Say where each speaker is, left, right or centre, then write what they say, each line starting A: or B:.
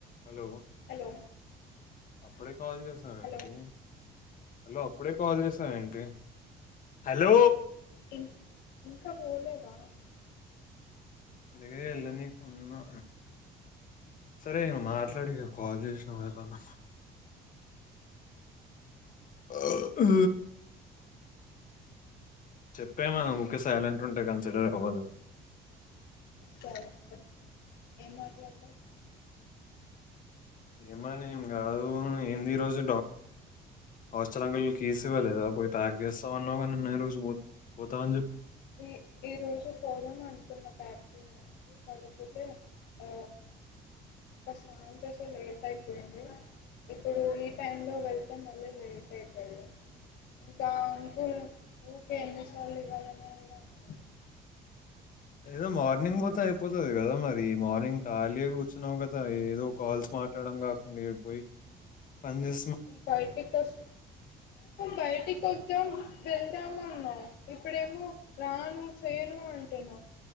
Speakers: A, on the left (about 55°); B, on the left (about 75°).
A: Hello
B: hello
A: అప్పుడ call చేసామ
B: hello
A: ఏంటి హలో ఇప్పుడే కాల్ చేసామ ఏంటి హలో
B: ఇ ఇంకా పోలే పాస్
A: లే ఎళ్ళనికే ఉన్నా సరే నే మాట్లాడిన కాల్ చేసినా ఏదన్నా ఆ ఆ చెప్పేమన్న ఊకే సైలెంట్ ఉంటే కన్సిడర్ అవ్వదు
B: సరే చెప్త ఏం మాట్లడుతవ్
A: ఏమని ఏం కాదు, ఏంది ఈ రోజు హాస్టల్ అంకుల్ కీస్ ఇవ్వలేదా పోయి ప్యాక్ చేస్తా అన్నావ్ కదా, నిన్న ఈ రోజు పోయి పోతా అని చెప్పి
B: ఈ ఈ రోజు పోదాం అనుకున్న ప్యాక్ చేయడానికి, కాకపోతే ఆ ఇంక స్నానం చేస్తే లేట్ అయిపోయింది. ఇప్పుడు ఈ టైమ్ లో వెళ్తే మళ్ళీ లేట్ అయితది. ఇంకా అంక ఊకే ఎన్నిసార్లు ఇవ్వాలని కూడా అంటుండు
A: ఏదో మార్నింగ్ పోతే అయిపోతది కదా మరీ, మార్నింగ్ ఖాళీ కూర్చున్నావు కదా. ఏదో కాల్స్ మాట్లాడడం కాకుండ పోయి పని చే
B: బయటికోస్ బయటి స్తం వెళ్దాం అన్నావు, ఇప్పుడేమో రాను చేయను అంటున్నావు.